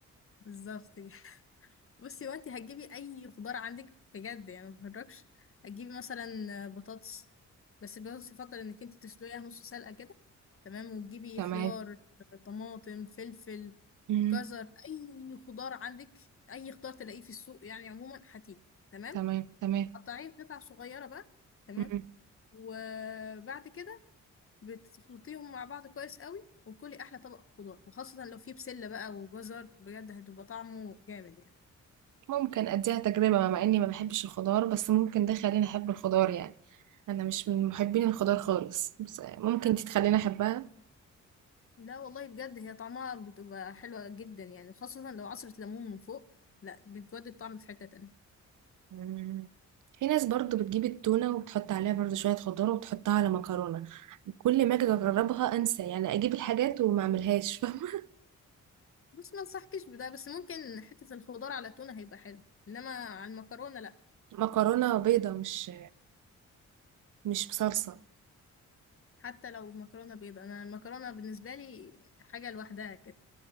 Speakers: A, on the left; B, on the right.
A: بالظبط كده. بصي وانتي هتجيبي اي خضار عندك بجد يعني ما بهرجش هتجيبي مثلا بطاطس بس البطاطس يفضل انك انتي تسلقيها نص سلقه كده تمام وتجيبي
B: تمام
A: خيار طماطم فلفل
B: مم.
A: جزر اي خضار عندك اي خضار تلاقيه في السوق يعني عموما هاتيه تمام
B: تمام تمام
A: قطعيه قطع صغيره بقى تمام
B: مم.
A: وبعد كده بتخلطيهم مع بعض كويس قوي وكلي احلى طبق خضار وخاصه لو فيه بسله بقى وجزر بجد هتبقى طعمه جامد يعني
B: ممكن اديها تجربه مع اني ما بحبش الخضار بس ممكن ده يخليني احب الخضار يعني انا مش من محبين الخضار خالص بس ممكن
A: لا
B: دي تخليني احبها
A: لا والله بجد هي طعمها بتبقى حلوه جدا يعني خاصه لو عصره ليمون من فوق لا بتودي الطعم في حته تانية
B: مم. في ناس برضو بتجيب التونه وبتحط عليها برضو شويه خضار وبتحطها على مكرونه كل ما اجي اجربها انسى يعني اجيب الحاجات وما اعملهاش <laughs> فاهمه
A: بس ما انصحكش بده بس ممكن حته الخضار على التونه هيبقى حلو انما على المكرونه لا
B: مكرونه بيضه مش مش بصلصه
A: حتى لو مكرونة بيضة انا المكرونة بالنسبة لي حاجة لوحدها كده